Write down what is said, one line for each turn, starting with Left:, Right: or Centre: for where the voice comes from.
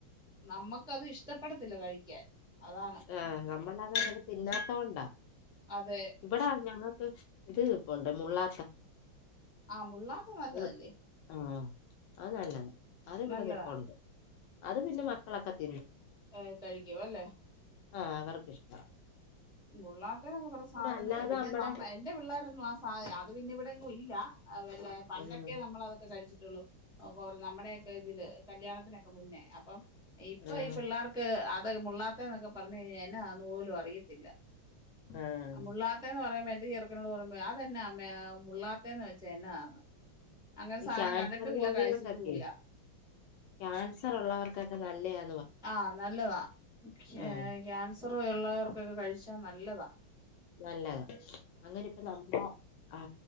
Centre: നമ്മക്കത് ഇഷ്ടപ്പെടത്തില്ല കഴിക്കാൻ അതാണ്
Left: ആ നമ്മള് അതങ്ങനെ
Centre: ഉം
Left: തിന്നാത്തോണ്ടാ
Centre: അതെ
Left: ഇബടാ ഞങ്ങ ഇത് ഇരിപ്പുണ്ട് മുള്ളാത്ത
Centre: ആഹ് മുള്ളാത്ത നല്ലതല്ലേ
Left: ഉം. ആ അത് നല്ലതാ അതിവിടെ
Centre: നല്ലതാ
Left: നിപ്പോണ്ട് അത് പിന്നെ മക്കളൊക്കെ തി
Centre: ഏ കഴിക്കുവല്ലോ
Left: ആഹ് അവർക്ക്‌ ഇഷ്ടാ
Centre: മുള്ളാത്ത എന്ന് പറഞ്ഞ സാധന
Left: അല്ലാതെ
Centre: പിന്നെ
Left: നമ്മടെ
Centre: നമ്മഎന്റെ പിള്ളാരൊന്നും ആ സാധ അത് പിന്നെ ഇവിടെങ്ങും ഇൽ ഇല്ല അതെല്ലാ പണ്ടൊക്കെ
Left: ഉം
Centre: നമ്മള് അതൊക്കെ കഴിച്ചിട്ടുള്ളൂ അതുപോലെ നമ്മടെ ഇതില് കല്യാണത്തിനൊക്കെ മുന്നേ അപ്പം ഇപ്പൊ
Left: ആഹ്
Centre: ഈ പിള്ളാർക്ക് അത് ഇപ്പോ ഈ മുള്ളാത്തെന്നൊക്കെ പറഞ്ഞ് കഴിഞ്ഞാ എന്നതാന്ന് പോലും അറിയത്തില്ല
Left: ആഹ്
Centre: മുള്ളാത്തെന്ന് പറയുമ്പോ ന്റെ ചെറുകനോട് പറുമ്പോ അതെന്നാ അമ്മേ മുള്ളാത്തേന്ന് വെച്ചാ എന്നതാന്ന് അങ്ങനെ
Left: ഈ
Centre: സാധനം
Left: ക്യാൻസർ
Centre: കണ്ടിട്ടുമില്ല
Left: രോഗികൾക്കൊക്കെ
Centre: കഴിച്ചിട്ടുമില്ല
Left: ക്യാൻസർ ഉള്ളവർക്ക് ക്കൊക്കെ നല്ലയാ
Centre: ആഹ് നല്ലതാ ഞാൻ <unintelligible>
Left: ആഹ്
Centre: സർർ ഉള്ളവർക്കൊക്കെ കഴിച്ചാ നല്ലതാ
Left: നല്ലതാ അങ്ങനെ ഇപ്പ നമ്മുടെ ആ